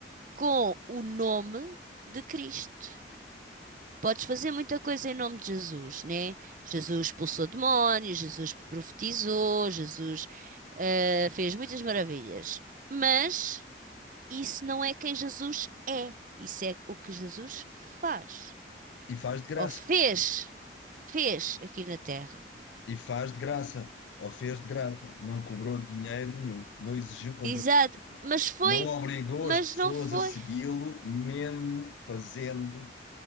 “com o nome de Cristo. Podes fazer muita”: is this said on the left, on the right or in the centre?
Right